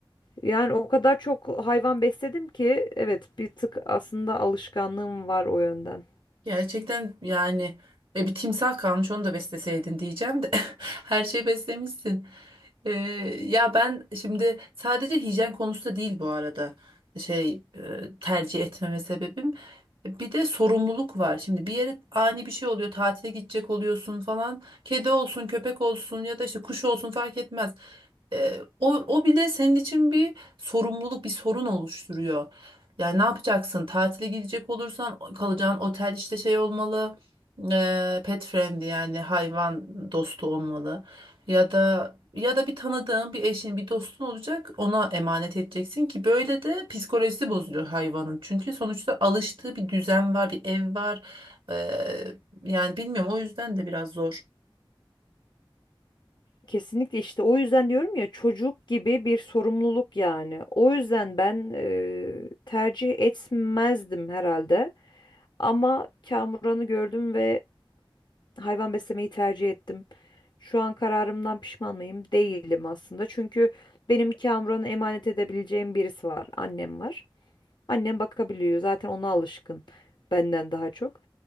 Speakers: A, on the left; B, on the right.
A: Yani o kadar çok hayvan besledim ki evet bir tık aslında alışkanlığım var o yönden.
B: Gerçekten yani e, bir timsah kalmış onu da besleseydin diyeceğim de <laughs> her şeyi beslemişsin. Ee, ya ben şimdi sadece hijyen konusu da değil bu arada şey e, tercih etmeme sebebim. Bir de sorumluluk var. Şimdi bir yere ani bir şey oluyor, tatile gidecek oluyorsun falan. Kedi olsun, köpek olsun ya da işte kuş olsun fark etmez. E, o, o bile senin için bir sorumluluk, bir sorun oluşturuyor. Yani ne yapacaksın? Tatile gidecek olursan kalacağın otel işte şey olmalı. e, pet friendly yani hayvan dostu olmalı. Ya da ya da bir tanıdığın, bir eşin, bir dostun olacak. Ona emanet edeceksin ki böyle de psikolojisi bozuluyor hayvanın. Çünkü sonuçta alıştığı bir düzen var, bir ev var. E, yani bilmiyorum o yüzden de biraz zor.
A: Kesinlikle işte o yüzden diyorum ya çocuk gibi bir sorumluluk yani. O yüzden ben e, tercih etmezdim herhalde. Ama Kamuran'ı gördüm ve hayvan beslemeyi tercih ettim. Şu an kararımdan pişman mıyım? Değilim aslında. Çünkü benim Kamuran'ı emanet edebileceğim birisi var. Annem var. Annem bakabiliyor. Zaten ona alışkın benden daha çok.